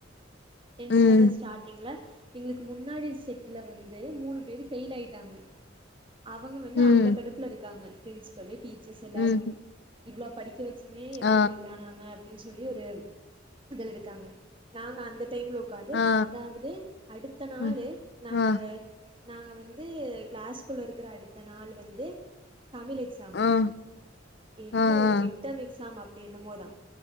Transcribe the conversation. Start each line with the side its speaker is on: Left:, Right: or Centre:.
Right: டென்த்
Left: ம்,
Right: ஸ்டாண்டர் ஸ்டாட்டிங்ல எங்களுக்கு முன்னாடி செட்டுல வந்து மூணு பேர் ஃபெயில் ஆயிட்டாங்க அவங்க வந்து
Left: ம்,
Right: அந்த கடுப்புல இருக்காங்க பிரின்சிபல் டீச்சர்ஸ் எல்லாரு
Left: ம்,
Right: இவ்ள படிக்க வைக் நீ எப்டி
Left: ஆ,
Right: ஃபெயில் ஆனாங்க அப்டின் சொல்லி ஒரு இது இருக்காங்க நாங்க அந்த டைம்ல உக்காந்து
Left: ஆ,
Right: அதாவது அடுத்த நாளே
Left: ம்,
Right: நாங்க
Left: ஆ,
Right: நாங்க வந்து கிளாஸ்குள்ள இருக்கற அடுத்த நாள் வந்து தமிழ் எக்ஸ் ஸாமு
Left: ஆ.
Right: என்ன
Left: ஆ
Right: ஒரு
Left: ஆ
Right: மிட்டம் எக்ஸாம் அப்டி என்னமோதா